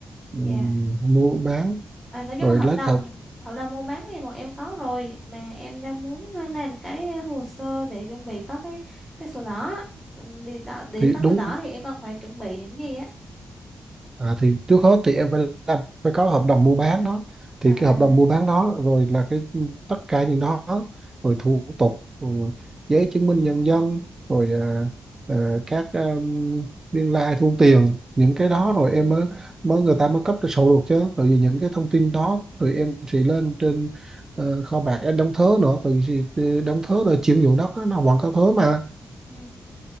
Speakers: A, on the right; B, in the centre.
A: ừm,
B: Dạ.
A: mua bán
B: À, nói chung
A: rồi
B: là hợp
A: lấy
B: đồng
A: hợp
B: hợp đồng mua bán thì bọn em có rồi mà em đang muốn ờ, làm cái hồ sơ để chuẩn bị có cái cái sổ đỏ. á. Ừ, Để, đỏ- để
A: thì
B: có
A: đúng
B: sổ đỏ thì em cần phải chuẩn bị những gì á.
A: À, thì trước hết thì em phải làm phải có hợp đồng mua bán đó thì
B: À.
A: cái hợp đồng mua bán đó rồi là cái tất cả những đó rồi thủ tục rồi giấy chứng minh nhân dân rồi à, à, các um, biên lai thu tiền những cái đó rồi em mới mới người ta mới cấp cho sổ được chứ tại vì những cái thông tin đó thì em sẽ lên trên ờ, kho bạc em đóng thớ nữa tại vì đóng thớ rồi chuyển nhượng đất á, nó vẫn có thớ mà
B: Ừ.